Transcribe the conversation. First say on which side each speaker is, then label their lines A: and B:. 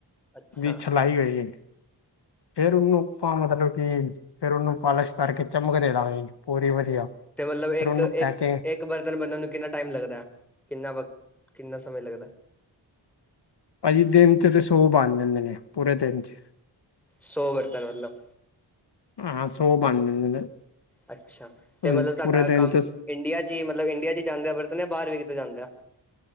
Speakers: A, in the centre; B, on the left.
A: ਅੱਛਾ
B: ਦੀ ਛਲਾਈ ਹੋਏਗੀ ਫੇਰ ਉਹਨੂੰ ਪਾਂ ਮਤਲਬ ਕਿ, ਫੇਰ ਉਹਨੂੰ ਪਾਲਿਸ਼ ਕਰਕੇ ਚਮਕ ਦੇ ਦਾਂਗੇ ਪੂਰੀ ਵਧੀਆ
A: ਤੇ ਮਲਬ
B: ਫੇਰ
A: ਇੱਕ
B: ਉਹਨੂੰ
A: ਇੱਕ।
B: ਪੈਕਿੰਗ
A: ਇਕ ਇੱਕ ਬਰਤਨ ਬਣਨ ਨੂੰ ਕਿੰਨਾ ਟਾਈਮ ਲੱਗਦਾ। ਕਿੰਨਾ ਵਕਤ, ਕਿੰਨਾ ਸਮੇਂ ਲੱਗਦਾ?
B: ਪਾਜੀ ਦਿਨ ਚ ਤ ਸੋ ਬਣ ਜਾਂਦੇ ਨੇ। ਪੂਰੇ ਦਿਨ ਚ
A: ਸੌ ਬਰਤਨ ਮਤਲਬ
B: ਹਾਂ ਹਾਂ ਸੌ ਬਣ ਜਾਂਦੇ ਨੇ
A: ਅੱਛਾ। ਤੇ
B: ਹੁਣ
A: ਮਲਬ ਤੁਹਾਡਾ
B: ਪੂਰੇ ਦਿਨ
A: ਕੰਮ
B: ਚ
A: ਇੰਡੀਆ ਚ ਈ ਮਤਲਬ ਇੰਡੀਆ ਚ ਜਾਂਦਾ ਐ ਵਰਤਨਾ ਬਾਹਰ ਵੀ ਕਿਤੇ ਜਾਂਦਾ?